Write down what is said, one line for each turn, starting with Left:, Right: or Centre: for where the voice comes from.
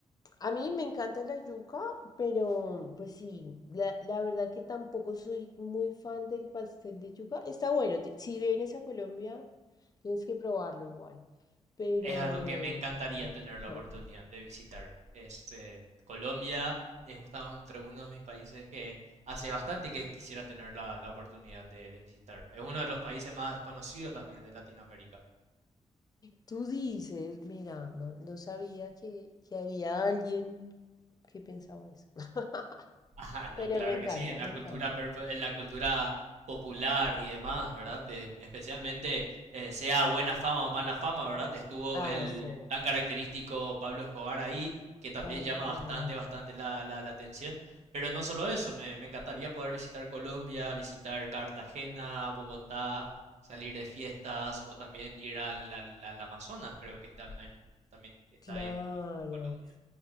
Left: A mí me encanta la yuca, pero pues sí, la, la verdad que tampoco soy muy fan del pastel de yuca. Está bueno, te- si vienes a Colombia, tienes que probarlo igual. Pero
Right: Es algo que me encantaría tener la
Left: <laughs>
Right: oportunidad de visitar. Este, Colombia es uno- entre uno de mis países que hace bastante que quisiera tener la, la oportunidad de, de visitar. Es uno de los países más conocidos también de Latinoamérica.
Left: tú dices, mira, no, no sabía que, que había alguien que pensaba eso. <laughs>
Right: Ajá, no,
Left: Pero
Right: claro
Left: me encanta,
Right: que sí, en la
Left: me
Right: cultura
Left: encanta.
Right: perpo- en la cultura popular y demás, ¿verdad? Eh, especialmente eh, sea buena fama o mala fama, ¿verdad? Estuvo
Left: Ah,
Right: el,
Left: sí,
Right: el tan característico Pablo Escobar ahí, que también
Left: tal
Right: llama
Left: cual.
Right: bastante, bastante la, la- la atención. Pero no solo eso, me, me encantaría poder visitar Colombia, visitar Cartagena, Bogotá, salir de fiestas o también ir al, al- al Amazonas, creo que también, también está
Left: Claro.
Right: ahí en Colombia